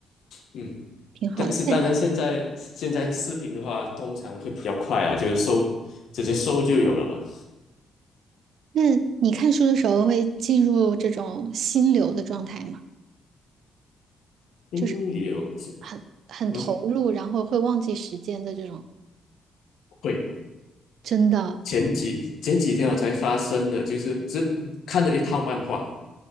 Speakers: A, on the left (about 70°); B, on the right (about 70°).
A: 嗯。
B: 挺好的。
A: 但是当然，
B: 那
A: 现在现在视频的话，通常会比较快啊，就是搜直接搜就有了嘛。
B: 那你看书的时候会进入这种心流的状态吗？
A: 嗯，
B: 就是
A: 有
B: 很很投入，
A: 嗯，
B: 然后会忘记时间的这种，
A: 会。
B: 真的
A: 前几前几天我才发生的，就是只看了一套漫画